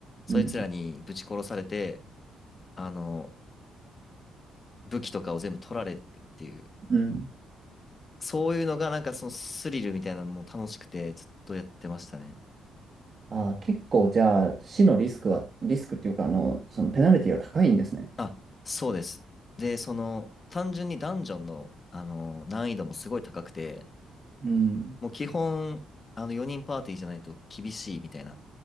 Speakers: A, on the left (about 35°); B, on the right (about 40°).
A: そいつらにぶち殺されて、
B: うん。
A: あの、武器とかを全部取られるっていう。
B: うん。
A: そういうのがなんかそのスリルみたいなのも楽しくてずっとやってましたね。
B: あー、結構じゃあ、死のリスクは、リスクっていうか、あの、そのペナルティは高いんですね。
A: あ、そうです。で、その、単純にダンジョンの、あの、難易度もすごい高くて、
B: うん。
A: もう基本、あの、4人パーティーじゃないと厳しいみたいな